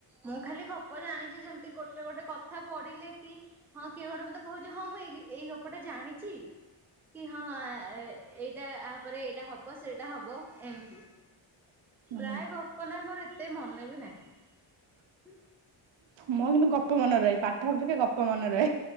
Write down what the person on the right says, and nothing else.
ଓହୋ
ମଁ କିନ୍ତୁ ଗପ ମନ ରହି ପାଠିକେ ଗ ପପ ମନ ର